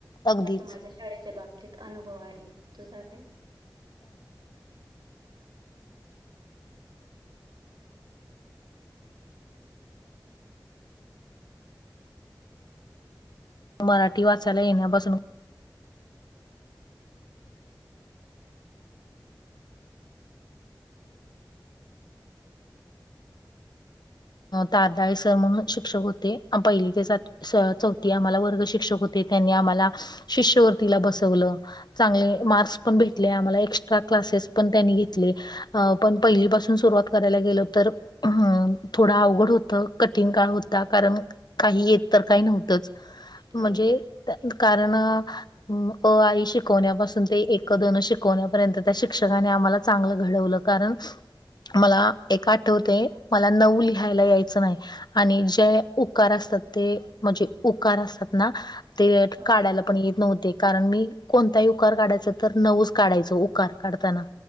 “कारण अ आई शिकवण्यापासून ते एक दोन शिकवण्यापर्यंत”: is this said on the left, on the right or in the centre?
Left